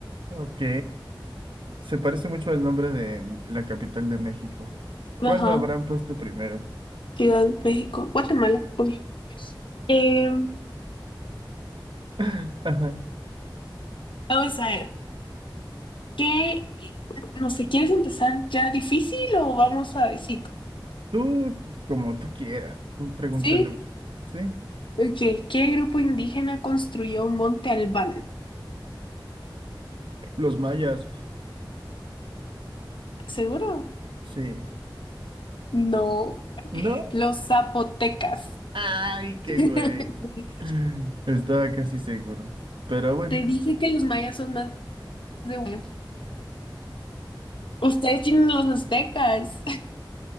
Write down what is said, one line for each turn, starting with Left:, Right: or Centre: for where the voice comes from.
Right: ok, se parece mucho al nombre de la capital de México.
Left: Ajá.
Right: ¿Cuál lo habrán puesto primero?
Left: Ciudad de México. Guatemala, obvio. Eh,
Right: <laughs>
Left: vamos a ver, ¿qué? No sé, ¿quieres empezar ya difícil o vamos suavecito?
Right: Tú, como tú quieras, tú pregúntale
Left: ¿Sí?
Right: lo que, ¿sí?
Left: Ok, ¿qué grupo indígena construyó Monte Albán?
Right: Los mayas,
Left: ¿Seguro?
Right: sí.
Left: No,
Right: ¿No?
Left: los zapotecas.
Right: ¡Ay, qué
Left: <laughs>
Right: güey! <clears throat> Estaba casi seguro. Pero bueno.
Left: Te dije que los mayas son más de... hue- Ustedes tienen los aztecas.